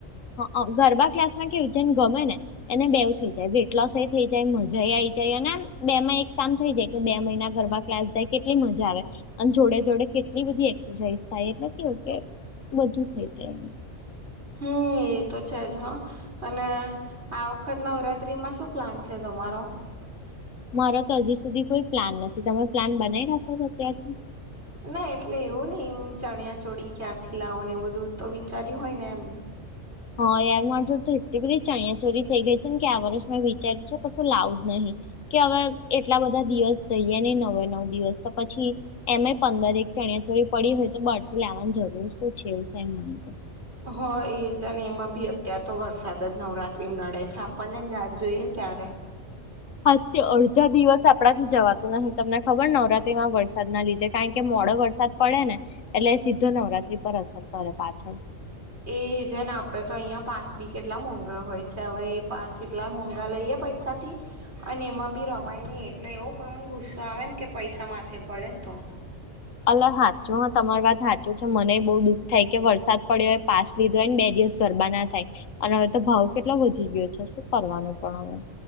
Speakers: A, on the left; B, on the right.
A: હ ગરબા ક્લાસ માં કેવુ જન ગમે ને એને બેવું થઈ જાય વેટ લોસ એ થઈ જાય મજા આઈ જાય અને બે માં એક કામ થઈ જાય કે બે મહિના ગરબા ક્લાસ જાય કેટલી મજા આવે. અને જોડે જોડે કેટલી બધી એક્સરસાઇઝ થાય એટલે કેવું કે વધુ થઈ જાય એ
B: હમ્મ એ તો છે જ હા અને આ વખત નવરાત્રીમાં શું પ્લાન છે તમારો
A: મારા તો હજી સુધી કોઈ પ્લાન નથી તમે પ્લાન બનાવી નાખો છો અત્યાર્થી
B: ના એટલે એવું નહિ ચણિયા ચોળી ક્યાંથી લાવો ને એવું બધું તો વિચાર્યું હોય ને એમ
A: હા યાર માર જોડે તો એટલી બઘી ચણયા ચોરી થઈ ગઈ છે કે આ વર્ષ મેં વિચાર્યું છે કશું લાવું જ નહી કે હવે એટલા બધા દિવસ જઈએ ની નવે નવ દિવસ તો પછી એમે પંદર એક ચણિયા ચોરી પડી હોય તો બાર થી લેવાની જરૂર શું છે એવું થાય મને તો
B: હ એ જ એમાં બી અત્યાર તો વરસાદ જ નવરાત્રી નડે મા છે આપણને જાર જોઈએ ને ત્યારે
A: હજથી અડધા દિવસ આપણાથી જવાતું નહી તમને ખબર નવરાત્રીમાં વરસાદ ના લીધે કારણ કે મોડો વરસાદ પડે ને એટલે સીધો નવરાત્રી પર અસર પડે પાછળ
B: એ જેને આપડે તો અહિયાં પાસ બી કેટલા મોંઘા હોય છે હવે એ પાસ એટલા મોંઘા લઈએ પૈસા સાથે અને એમાં બી રમાય નહી એટલે એવો ગમ ગુસ્સો આવે ને કે પૈસા માથે પડે ને તો
A: અલગ સાાચો તમારી વાત સાાચો છે મને બહુ દુઃખ થાય કે વરસાદ પડ્યો હોય પાસ લીધો હોય ને બે દિવસ ગરબા ના થાય અને હવે તો ભાવ કેટલો વધી ગયો છે શું કરવાનો પણ હવે